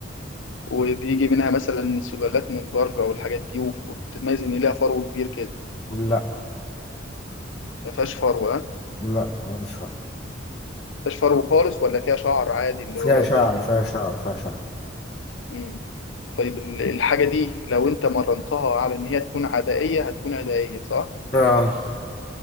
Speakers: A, on the left; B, on the left.
A: وبيجي منها مثلا سلالات من بره والحاجات دي وف- وبتتميز إن ليها فرو كبير كده
B: لا
A: ما فيهاش فرو ها ما
B: لا مش فاهم
A: فيهاش فرو خالص ولا فيها شعر عادي اللي
B: فيها
A: هو
B: شعر
A: زي
B: فيها
A: لما
B: شعر
A: هو
B: فيها شعر
A: مم. طيب ال- الحاجة دي لو أنت مرنتها على إن هي تكون عدائية هتكون عدائية صح؟
B: آه.